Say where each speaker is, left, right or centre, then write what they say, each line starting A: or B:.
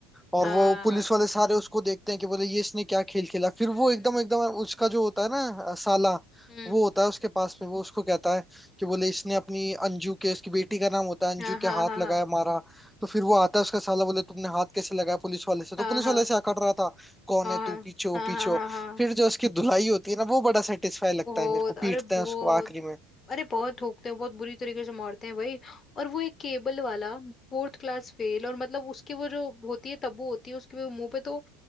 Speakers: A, in the centre; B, on the left.
A: और
B: हाँ
A: वो पुलिस वाले सारे उसको देखते हैं कि बोले ये इसने क्या खेल खेला फिर
B: हम्म
A: वो एकदम एकदम उसका जो होता है ना अ, साला
B: हम्म
A: वो होता है उसके पास में वो उसको कहता है कि बोले इसने अपनी अंजू के उसकी बेटी का नाम होता है अंजू
B: हाँ हाँ
A: के हाथ
B: हाँ
A: लगाया मारा तो फिर वो आता है उसका साला बोले तुमने हाथ कैसे लगाया पुलिस वाले से तो
B: हाँ
A: पुलिस
B: हाँ
A: वाले
B: हाँ
A: से अकड़ रहा था कौन
B: हाँ
A: है
B: हाँ
A: तू पीछे हो
B: हाँ
A: पीछे
B: हाँ
A: हो
B: हाँ हाँ
A: फिर जो उसकी धुलाई होती है ना वो बड़ा सेटिस्फाई लगता
B: बहुत
A: है मेरे को पीटते
B: अरे
A: हैं
B: बहुत
A: उसको आखिरी में
B: अरे बहुत ठोकते हैं बहुत बुरी तरीके से मारते हैं भाई और वो एक केबल वाला फोर्थ क्लास फेल और मतलब उसके वो जो होती है तब्बू होती है उसके वो मुंह पे तो